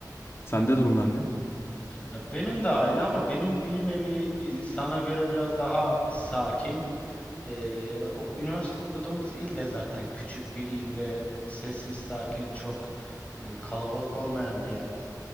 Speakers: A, on the left; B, on the left.
A: Sende durumlar ne?
B: Ya Benim de aynı ama benim bir nevi e, sana göre biraz daha sakin Ee, ok- üniversite okuduğumuz il de zaten küçük bir il ve sessiz, sakin, çok e, kalabalık olmayan bir yerdi.